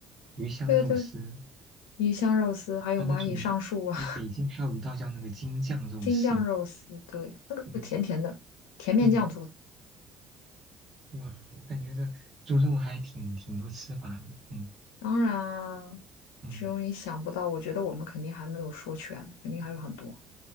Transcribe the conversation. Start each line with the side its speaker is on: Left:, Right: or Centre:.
Right: 鱼香肉丝，
Left: 对对，鱼香肉丝还有蚂蚁上树啊，
Right: 还有那种，哎，北京还有一道叫那个京酱肉丝，
Left: <laughs> 京酱肉丝，对，那个甜甜的，
Right: 嗯
Left: 甜面酱做的。
Right: 嗯，哇，我感觉这猪肉还挺挺多吃法的，嗯
Left: 当然啊，
Right: 嗯
Left: 只有你想不到，我觉得我们肯定还没有说全，肯定还有很多。